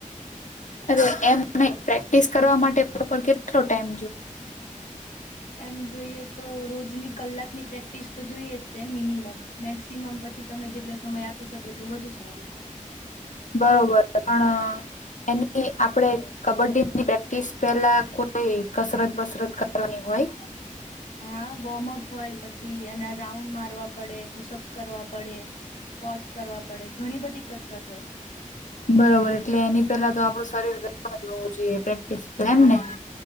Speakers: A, on the left; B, on the left.
A: અરે! એમ પ્રેક્ટિસ કરવા માટે <unintelligible> કેટલો ટાઈમ?
B: એમ જોઈએ તો, રોજની કલાકની પ્રેક્ટિસ તો જોઈએ જ તે મિનિમમ. મેક્સિમમ પછી તમે જેટલો સમય આપી શકો? એટલું વધુ સારું.
A: બરોબર. પણ એની આપણે. કબડ્ડીની પ્રેક્ટિસ પહેલા કોઈ કસરત બસરત કરવાની હોય.
B: હા, વોર્મઅપ હોય, પછી એના રાઉન્ડ મારવા પડે. પુસઅપ્સ કરવા પડે. કોટસ કરવા પડે, ઘણી બધી કસરત હોય.
A: બરાબર. એટલે એની પહેલા તો આપણું ગરમ જ હોવું જોઈએ. પ્રેક્ટિસ
B: હા
A: એમને.